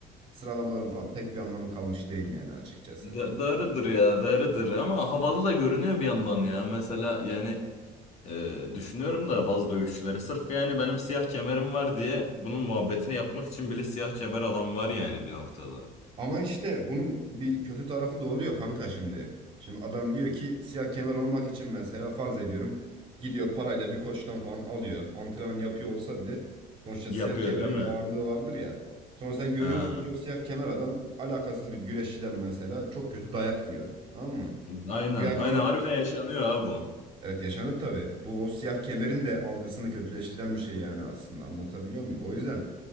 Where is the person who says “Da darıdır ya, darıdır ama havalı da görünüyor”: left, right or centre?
Left